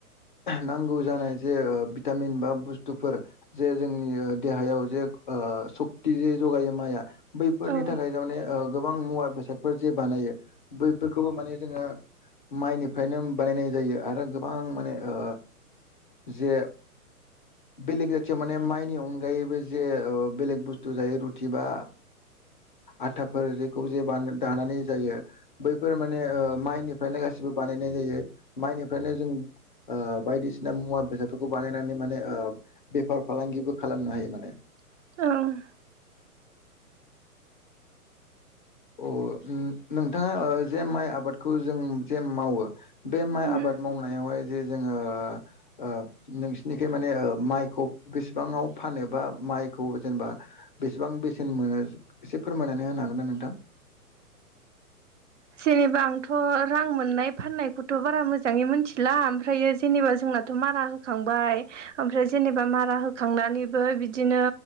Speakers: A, on the left (about 35°); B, on the right (about 55°).
A: नांगौ जानाय जे भिटामिन बा बुस्थुफोर जे जोंनि देहायाव जे ओ सक्ति जगायो माइआ बैफोरनि
B: औ
A: थाखाय थार माने गोबां मुवा बेसादफोर जे बानायो बैफोरखौबो माने जोङो माइनिफ्रायनो बानायनाय जायो आरो गोबां माने ओ जे बेलेग जाथियाव माने माइनि अनगायैबो जे बेलेग बुस्थु जायो रुटि बा आथाफोर जेखौ जे दानानै जायो। बैफोर माने माइनिफ्रायनो गासिबो बानायनाय जायो माइनिफ्रायनो जों ओ बायदिसिना मुवा बेसादफोरखौ बानायनानै माने ओ बेफार फालांगिबो खालामनो हायो माने
B: औ
A: अ नोंथाङा जे माइ आबादखौ जों जे मावो बे माइ
B: उम
A: आबाद मावनायावहाय जे जोङो ओ नोंसिनिखाय माने ओ माइखौ बेसेबांआव फानो बा माइखौ जेनेबा बेसेबां बेसेन मोनो एसे फोरमायनानै होनो हागोन ना नोंथां।
B: जेनेबा आंथ' रां मोननाय फाननायखौथ' बारा मोजाङै मिथिला ओमफ्रायो जेनेबा जोंना मारा होखांबाय ओमफ्राय जेनेबा मारा होखांनानैबो बिदिनो